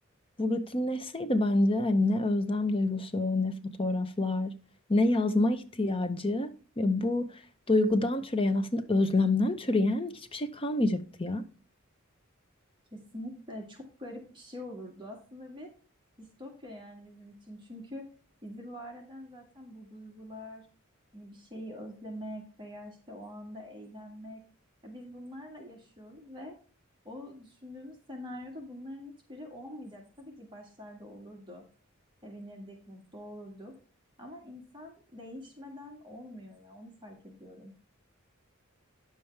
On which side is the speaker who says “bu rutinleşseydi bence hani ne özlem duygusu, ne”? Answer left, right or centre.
Left